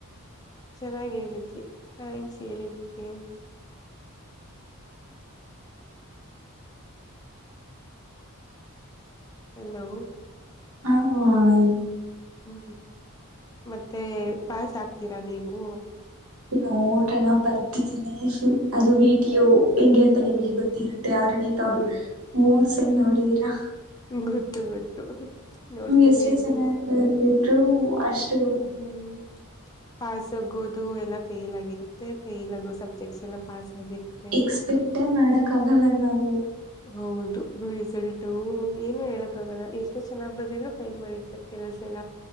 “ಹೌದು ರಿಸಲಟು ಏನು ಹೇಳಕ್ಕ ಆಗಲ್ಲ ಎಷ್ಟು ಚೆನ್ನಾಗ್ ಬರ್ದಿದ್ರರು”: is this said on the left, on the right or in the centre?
Left